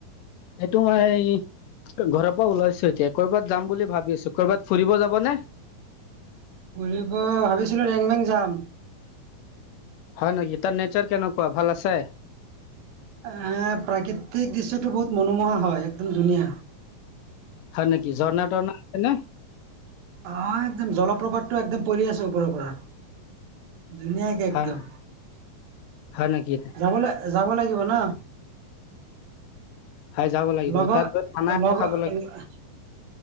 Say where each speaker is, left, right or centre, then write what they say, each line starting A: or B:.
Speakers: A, on the left (about 80°); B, on the right (about 80°).
A: এইটো হয়। ঘৰৰ পৰা ওলাইছো এতিয়া, ক'ৰবাত যাম বুলি ভাবি আছো। ক'ৰবাত ফুৰিব যাব নে?
B: ফুৰিব ভাবিছিলো ৰেংমেং যাম।
A: হয় নেকি? তাৰ নেচাৰ কেনেকুৱা ভাল আছে?
B: আ, প্ৰাকৃতিক দৃশ্যটো বহুত মনোমোহা হয় একদম ধুনীয়া।
A: হয় নেকি, ঝৰ্ণা-টৰ্ণা আছে নে?
B: অ, একদম জলপ্ৰভাপটো একদম পৰি আছে ওপৰৰ পৰা। ধুনীয়াকে একদম।
A: হয় হয় নেকি
B: যাব ল যাব লাগিব ন?
A: হয় যাব লাগিব
B: লগত,
A: তাত গৈ খানা
B: লগ
A: খাব লাগিব
B: অ, আ